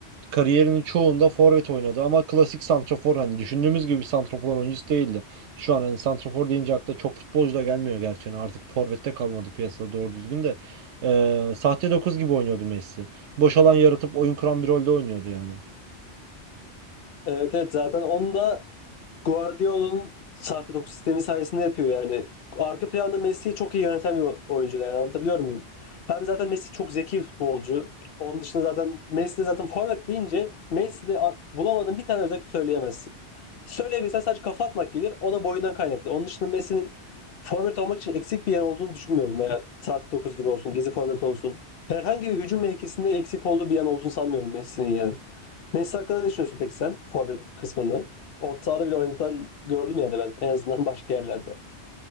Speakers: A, on the right; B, on the left.
A: kariyerinin çoğunda forvet oynadı ama klasik santrafor hani düşündüğümüz gibi bir santrafor oyuncusu değildi. Şu an hani santrafor deyince akla çok futbolcu da gelmiyor gerçi. Yani artık forvette kalmadı piyasada doğru düzgün de. Ee, sahte 9 gibi oynuyordu Messi. Boş alan yaratıp oyun kuran bir rolde oynuyordu yani.
B: Evet evet zaten onu da Guardiola'nın sahte 9 sistemi sayesinde yapıyor yani. Arka planda Messi'yi çok iyi yöneten bir oyuncu yani anlatabiliyor muyum? Hem zaten Messi çok zeki bir futbolcu. Onun dışında zaten Messi de zaten forvet deyince Messi'de a- bulamadığın bir tane özellik söyleyemezsin. Söyleyebilsen sadece kafa atmak gelir. O da boyundan kaynaklı. Onun dışında Messi'nin forvet olmak için eksik bir yan olduğunu düşünmüyorum. Veya sahte 9 gibi olsun, gizli forvet olsun. Herhangi bir hücum mevkisinde eksik olduğu bir yan olduğunu sanmıyorum Messi'nin yani. Messi hakkında ne düşünüyorsun peki sen? Forvet kısmını. Orta sahada bile oynatan gördüm yani ben en azından başka yerlerde.